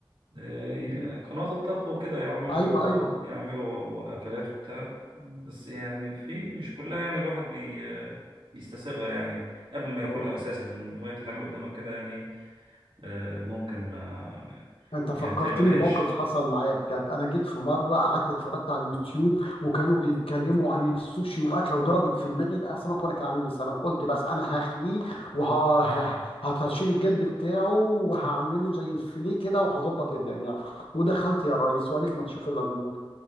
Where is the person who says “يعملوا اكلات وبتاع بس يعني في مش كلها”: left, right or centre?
Right